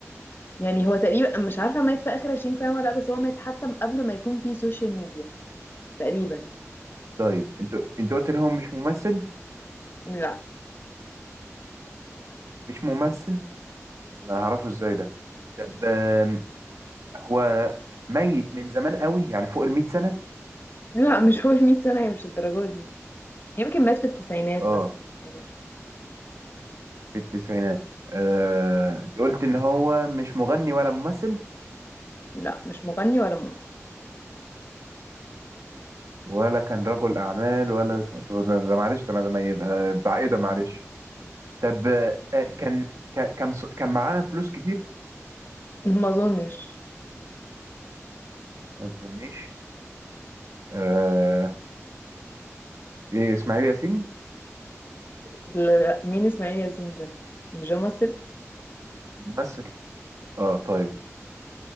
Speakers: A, on the left; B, on the right.
A: يعني هو تقريبا مش عارفة مات في آخر 20 سنة ولا لأ، بس هو مات حتى من قبل ما يكون في سوشيال ميديا تقريبا
B: طيب انت انت قلت ان هو مش ممثل
A: لا
B: مش ممثل انا هعرفه ازاي ده طب آم، هو ميت من زمان قوي يعني فوق المئة سنة
A: لا مش هو 100 سنة هي مش الدرجة دي يمكن مات في التسعينات
B: اه
A: مثلا حاجة. كده.
B: في التسعينات آه قلت ان هو مش مغني ولا ممثل
A: لا مش مغني ولا ممثل
B: ولا كان رجل اعمال ولا س- طب ده- ده معلش طب ده ما يبقى بتاع ايه ده معلش طب آه كان ك- كان ص- كان معاه فلوس كتير
A: ما أظنش
B: ما تظنيش آه ايه اسماعيل ياسين
A: لا مين اسماعيل ياسين ده مش ده ممثل
B: ممثل اه طيب